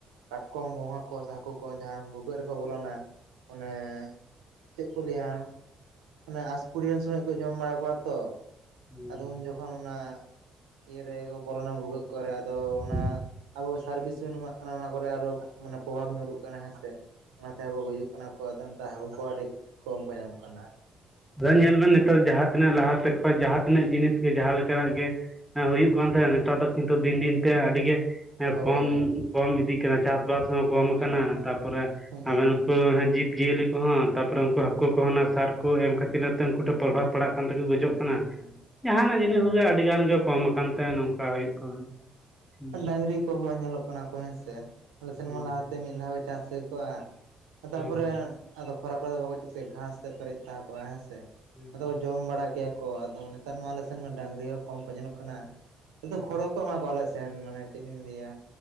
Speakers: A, on the right (about 80°); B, in the centre.
A: ᱠᱟᱴᱠᱚᱢ ᱜᱚᱝᱜᱷᱟ ᱠᱚ ᱥᱮ ᱦᱟᱠᱚ ᱠᱚ ᱡᱟᱦᱟᱸᱭ ᱵᱷᱩᱜᱟᱹᱜ ᱨᱮᱠᱚ ᱵᱚᱞᱚᱱᱟ᱾ ᱚᱱᱮᱼᱼ ᱪᱮᱜ ᱠᱚ ᱞᱟᱹᱭᱟ ᱚᱱᱮ ᱟᱥᱯᱷᱩᱲᱤᱭᱟᱹ ᱥᱚᱢᱚᱭ ᱠᱚ ᱡᱚᱢ ᱵᱟᱲᱟ ᱠᱚᱣᱟ ᱛᱚ᱾
B: ᱦᱩᱸ
A: ᱟᱫᱚ ᱩᱱ ᱡᱚᱠ ᱠᱷᱚᱱ ᱚᱱᱟ ᱤᱭᱟᱹ ᱨᱮᱠᱚ ᱵᱚᱞᱚᱱᱟ ᱵᱷᱩᱜᱟᱹᱜ ᱠᱚᱨᱮ, ᱟᱫᱚ
B: ᱦᱩᱸ
A: ᱚᱱᱟ ᱟᱵᱚ ᱥᱟᱨᱵᱤᱥ ᱵᱚᱱ ᱮᱢᱟᱜ ᱠᱟᱱᱟ᱾ ᱚᱱᱟᱼᱼ ᱠᱚᱨᱮ ᱟᱨᱚ ᱢᱟᱱᱮ ᱯᱨᱚᱵᱷᱟᱵᱽ ᱧᱩᱨᱩᱜ ᱠᱟᱱᱟ ᱦᱮᱸ ᱥᱮ, ᱚᱱᱟᱛᱮ ᱟᱵᱚ ᱦᱚᱸᱵᱚ ᱜᱩᱡᱩᱜ ᱠᱟᱱᱟ᱾ ᱠᱚ ᱫᱚ ᱱᱮᱛᱟᱨ ᱦᱟᱠᱩ ᱠᱚ ᱟᱹᱰᱤ ᱠᱚᱢ ᱠᱚ ᱧᱟᱢᱚᱜ ᱠᱟᱱᱟ᱾
B: ᱟᱫᱚ ᱧᱮᱞ ᱵᱮᱱ ᱱᱤᱛᱟᱨ ᱡᱟᱦᱟᱸ ᱛᱤᱱᱟᱹᱜ ᱞᱟᱦᱟ ᱛᱮ ᱠᱷᱚᱡ ᱡᱟᱦᱟᱸ ᱛᱤᱱᱟᱹᱜ ᱡᱤᱱᱤᱥ ᱜᱮ ᱡᱟᱦᱟᱸ ᱞᱮᱠᱟ ᱱᱟᱜ ᱜᱮ ᱟᱸ ᱦᱩᱭᱩᱜ ᱠᱟᱱ ᱛᱟᱦᱮᱸᱱ ᱱᱤᱛᱟᱨ ᱫᱚ ᱠᱤᱱᱛᱩ ᱫᱤᱱ ᱫᱤᱱ ᱛᱮ ᱟᱹᱰᱤ ᱜᱮ ᱮᱸ
A: ᱦᱳᱭ
B: ᱠᱚᱢ
A: ᱦᱳᱭ
B: ᱠᱚᱢ ᱤᱫᱤᱜ ᱠᱟᱱᱟ, ᱪᱟᱥ ᱵᱟᱥ ᱦᱚᱸ
A: ᱦᱮᱸ
B: ᱠᱚᱢ ᱟᱠᱟᱱᱟ᱾
A: ᱦᱮᱸ
B: ᱛᱟᱯᱚᱨᱮ
A: ᱦᱩᱸ
B: ᱟᱵᱮᱱ ᱠᱩ ᱦᱮᱸ ᱡᱤᱵᱽ ᱡᱤᱭᱟᱹᱞᱤ ᱠᱚᱦᱚᱸ ᱛᱟᱯᱚᱨᱮ ᱩᱱᱠᱩ ᱦᱟᱠᱩ ᱠᱚᱦᱚᱸ ᱱᱟᱜ ᱥᱟᱨ ᱠᱚ ᱮᱢ ᱠᱷᱟᱹᱛᱤᱨ ᱟᱛᱮᱱ ᱩᱱᱠᱩ ᱴᱷᱮᱱ ᱯᱨᱚᱵᱷᱟᱵᱽ ᱯᱟᱲᱟᱜ ᱟᱱ ᱛᱮᱠᱩ ᱜᱚᱡᱚᱜ ᱠᱟᱱᱟ,
A: ᱦᱩᱸ
B: ᱡᱟᱦᱟᱸ ᱱᱟᱜ ᱡᱤᱱᱤᱥ ᱜᱮ ᱟᱹᱰᱤ ᱜᱟᱱ ᱜᱮ ᱠᱚᱢ ᱟᱠᱟᱱ ᱛᱮ ᱱᱚᱝᱠᱟ ᱦᱩᱭᱩᱜ ᱠᱟᱱᱟ
A: <unintelligible>
B: ᱦᱩᱸ
A: ᱰᱟᱝᱨᱤ ᱠᱚᱦᱚᱸ ᱧᱮᱞᱚᱜ ᱠᱟᱱᱟ ᱠᱚ ᱦᱮᱸ ᱥᱮ᱾ ᱟᱞᱮ ᱥᱮᱱ
B: ᱦᱩᱸ
A: ᱢᱟ ᱞᱟᱦᱟ ᱛᱮ ᱢᱤᱫ ᱫᱷᱟᱣ ᱜᱮ ᱪᱟᱥ ᱦᱩᱭ ᱠᱚᱜ-ᱟ, ᱛᱟᱯᱚᱨᱮ
B: ᱦᱮᱸ ᱦᱮᱸ
A: ᱟᱫᱚ ᱠᱷᱚᱨᱟ ᱠᱚᱨᱮ ᱫᱚ ᱵᱟᱠᱚ ᱪᱟᱥ ᱠᱮᱭᱟ, ᱜᱷᱟᱸᱥ ᱛᱮ ᱯᱮᱨᱮᱡ ᱛᱟᱦᱮᱸ ᱠᱚᱜ-ᱟ ᱦᱮᱸ ᱥᱮ᱾
B: ᱦᱮᱸ
A: ᱟᱫᱚᱼᱼ ᱡᱚᱢ ᱵᱟᱲᱟ ᱠᱮᱭᱟ ᱠᱚ, ᱟᱫᱚ ᱱᱮᱛᱟᱨ ᱢᱟ ᱟᱞᱮ ᱥᱮᱱ ᱢᱟ ᱰᱟᱹᱝᱨᱤ ᱦᱚᱸ ᱠᱚᱢ ᱠᱚ ᱧᱮᱞᱚᱜ ᱠᱟᱱᱟ᱾ ᱟᱫᱚ
B: ᱦᱮᱸ
A: ᱠᱷᱚᱲ ᱜᱮ ᱠᱚ ᱮᱢᱟ ᱠᱚᱣᱟ ᱟᱞᱮ ᱥᱮᱱ, ᱢᱟᱱᱮ ᱪᱮᱜ ᱞᱤᱧ ᱞᱟᱹᱭᱟ